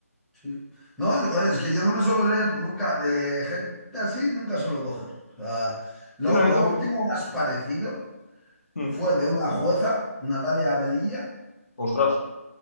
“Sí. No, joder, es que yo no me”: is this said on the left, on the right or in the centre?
Centre